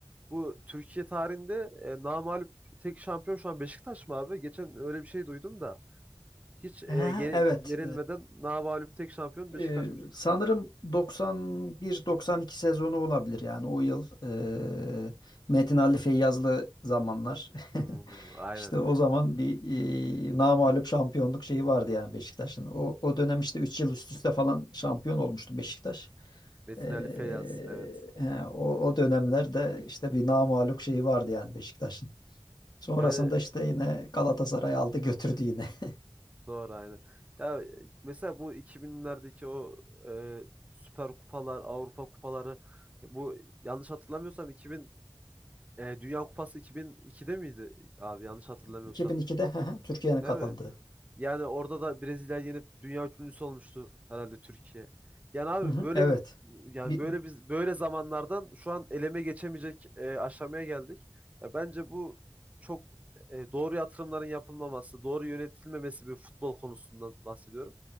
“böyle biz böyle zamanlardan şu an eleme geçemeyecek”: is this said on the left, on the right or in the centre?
Right